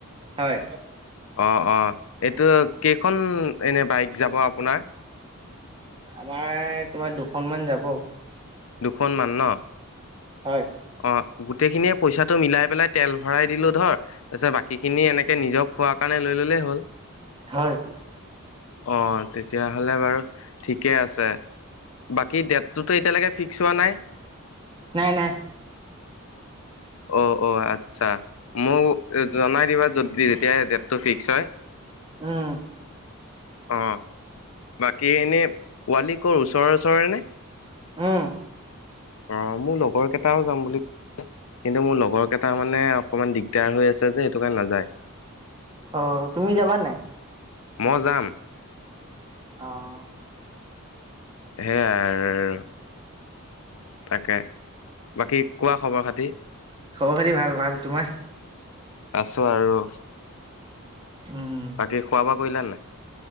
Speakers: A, on the right; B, on the left.
A: হয়।
B: অ', অ', এইটো কেইখন এনে বাইক যাব আপোনাৰ?
A: আমাৰ তোমাৰ দুখনমান যাব।
B: দুখনমান ন?
A: হয়
B: অ', গোটেইখিনিয়ে পইচাটো মিলাই পেলাই তেল ভৰাই দিলো ধৰ। তাৰপিছত বাকীখিনি এনেকে নিজক খোৱাৰ কাৰণে লৈ ল'লেই হ'ল।
A: হয়
B: অ', তেতিয়াহ'লে বাৰু ঠিকে আছে। বাকী ডেটটোতো এতিয়ালৈকে ফিক্স হোৱা নাই
A: নাই নাই।
B: অ', অ', আচ্ছা। মোক জনাই দিবা যদি যেতিয়া ডটটো ফিক্স হয়।
A: উম।
B: অ'। বাকী এনে পোৱালি ওচৰে ওচৰে নে?
A: উম
B: অ', মোৰ লগৰ কেইটাও যাম বুলি কিন্তু মোৰ লগৰ কেইটা মানে অকণমান দিগদাৰ হৈ আছে যে সেইটো কাৰণে নাযায়।
A: অ', তুমি যাবা নাই
B: মই যাম
A: আহ।
B: সেইয়ায়ে আৰু। তাকে বাকী কোৱা খবৰ খাতি?
A: খবৰ খাতি ভাল ভাল তোমাৰ
B: আছো আৰু।
A: উম,
B: বাকী খোৱা বোৱা কৰিলা নাই?